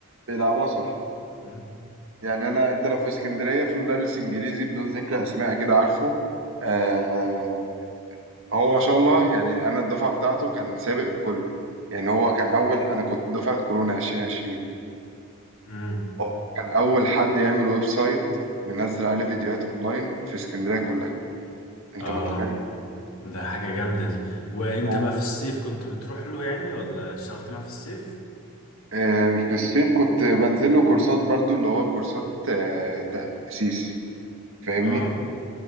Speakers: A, on the right; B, on the left.
A: بيلعبوها صح
B: امم
A: يعني انا انت لو في اسكندريه في مدرس انجليزي بدون ذكر اسماء كده عارفه آه هو ما شاء الله يعني انا الدفعه بتاعته كان سابق الكل يعني هو كان اول انا كنت دفعه كورونا 2020
B: امم
A: هو كان اول حد يعمل ويب سايت وينزل عليه فيديوهات اونلاين في اسكندريه كلها انت
B: اه
A: متخيل
B: ده حاجة جامدة دي وانت
A: هو
B: بقى في الصيف كنت بتروح له يعني ولا اشتغلت معاه في الصيف
A: آه في الصيف كنت بنزل له كورسات برضو اللي هو كورسات آه تاسيس فاهمني
B: اه